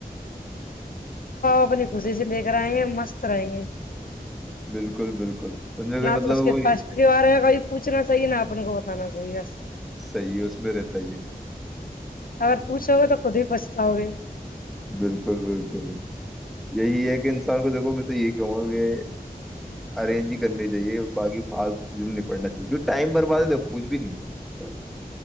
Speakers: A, on the left; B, in the centre.
A: اپنی خوشی سے لے رہیں گے مست رہیں گے
B: بالکل بالکل اس میں کوئی
A: نہ
B: مطلب
A: تو اس
B: وہ
A: کے
B: نہیں-
A: فشریوار کاب پوچنا چاہیے نا اپنے کو سانناا چاہیےس
B: صحیح ہے اس میں رہتا ہی
A: اگر پوچھو گے تو خود ہی پچھتاؤ گے
B: بالکل بالکل یہی ہے انسان کو دیکھو میں تو یہی کہوں گا کہ ارینج ہی کرنی چاہیے باقی فال چیزوں نپٹنا چاہیے کی ٹائم برباد ہے دیکھو کچھ بھی نہیں ہے